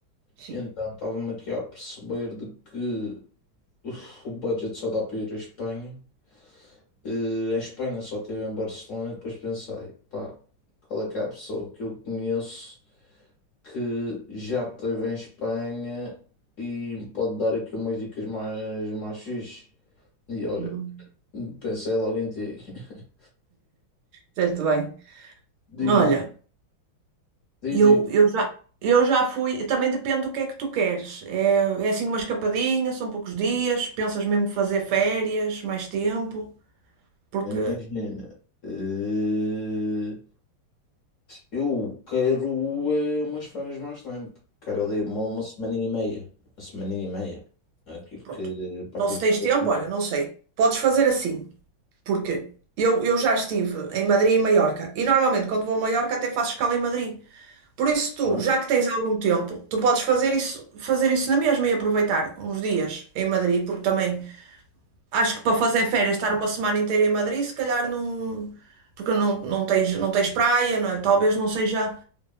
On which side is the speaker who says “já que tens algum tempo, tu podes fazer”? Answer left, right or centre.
Right